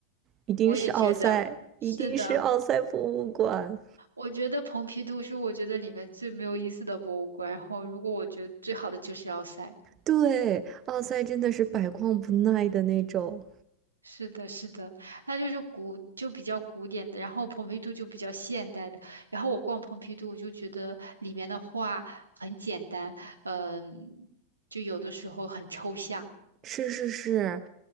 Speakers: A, on the right; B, on the right.
A: 一定是奥赛，
B: 我也觉得是的。
A: 一定是奥赛博物馆，
B: 我觉得蓬皮杜是我觉得里面最没有意思的博物馆，然后如果我觉得最好的就是要塞。
A: 对，奥赛真的是百逛不耐的那种。
B: 是的，是的，它就是古就比较古典的，然后蓬皮杜就比较现代的。然后我逛蓬皮杜，我就觉得里面的画很简单，嗯、就有的时候很抽象。
A: 是是是，